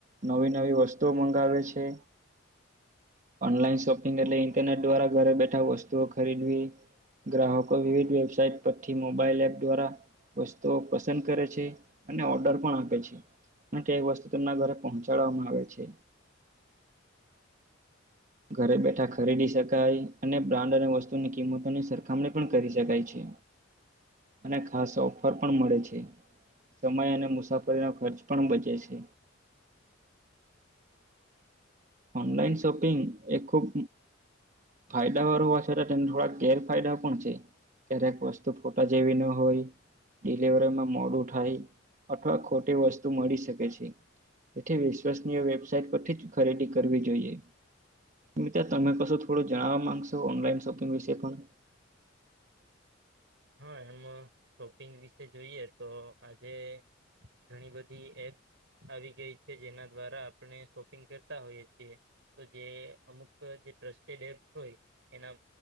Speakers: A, on the right; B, on the right.
A: નવી નવી વસ્તુઓ મંગાવે છે. ઓનલાઈન શોપિંગ એટલે ઈન્ટરનેટ દ્વારા ઘરે બેઠા વસ્તુઓ ખરીદવી ગ્રાહકો વિવિધ વેબસાઇટ પછી મોબાઈલ એપ દ્વારા વસ્તુઓ પસંદ કરે છે અને ઓર્ડર પણ આપે છે. અને કે એક વસ્તુ તેમના ઘરે પહોંચાડવામાં આવે છે. ઘરે બેઠા ખરીદી શકાય અને બ્રાન્ડ અને વસ્તુની કિંમતોની સરખામણી પણ કરી શકાય છે. અને ખાસ ઓફર પણ મળે છે. સમય અને મુસાફરીનો ખર્ચ પણ બચે છે. ઓનલાઈન શોપિંગ એ ખૂબ ફાયદા વાર હોય છે તેને થોડા ગેરફાયદા પણ છે. ક્યારેક વસ્તુ ફોટા જેવી ન હોય ડિલવરીમાં મોડું થાય અથવા ખોટી વસ્તુ મળી શકે છે. તેથી વિશ્વસનીય વેબસાાઈટ પરથી જ ખરીદી કરવી જોઈએ મિત્ર તમે કશું થોડું જણાવવા માંગશો ઓનલાઈન શોપિંગ વિશે પણ
B: હા એમ શોપિંગ વિશે જોઈએ તો આજે ઘણી બધી એપ આવી ગઈ છે જેના દ્વારા આપણે શોપિંગ કરતા હોઈએ છીએ. તો જે અમુક જે ટ્રસ્ટેડ એપ્સ હોય એના